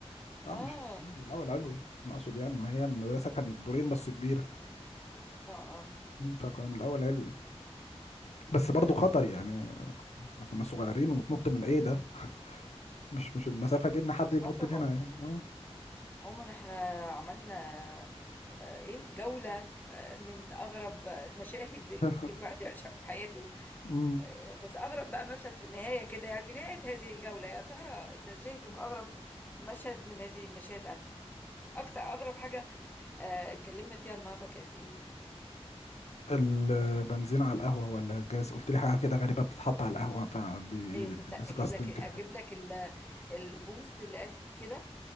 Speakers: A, on the left (about 75°); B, on the left (about 15°).
A: اه
B: اه
A: مش الاول علوي انا اقصد يعني ما هي المدرسه كانت دورين بس كبيره
B: اه اه
A: فكنا من الاول علوي بس برضو خطر يعني احنا كنا صغيرين وتنط من ايه ده مش مش المسافه دي ان حد ينط
B: اه طبعا
A: منها
B: طبعا
A: يعني اه
B: عموما احنا عملنا آه ايه جولة من أغرب المشاهد اللي
A: <laughs>
B: ممكن الواحد يعيشها في حياته
A: أمم،
B: آه، بس أغرب بقى مشهد في النهاية كده يعني في نهاية هذه الجولة يا ترى أنت شايف إنه أغرب مشهد من هذه المشاهد أنا أكتر أغرب حاجة آه، اتكلمنا فيها النهاردة كانت إيه؟
A: البنزين على القهوه ولا الجاز قلت لي حاجه كده غريبه بتتحط على القهوه فدي
B: أيوة صدق
A: disgusting
B: أجيب لك أجيب لك ال- البوست اللي قال كده